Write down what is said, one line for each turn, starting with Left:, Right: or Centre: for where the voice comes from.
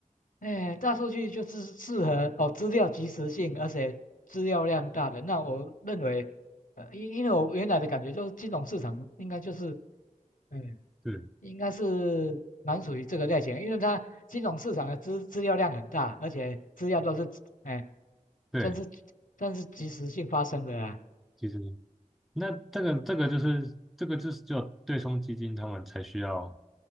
Left: 哎，大数据就是适合哦，资料及时性，而且资料量大的。那我认为，呃，因因为我原来的感觉就是金融市场应该就是，嗯，
Centre: <laughs> 对
Left: 应该是蛮属于这个类型的，因为它金融市场的资资料量很大，而且资料都是，哎，
Centre: 对，
Left: 算是算是及时性发生的啊。
Centre: 其实那这个这个就是这个就是就对冲基金他们才需要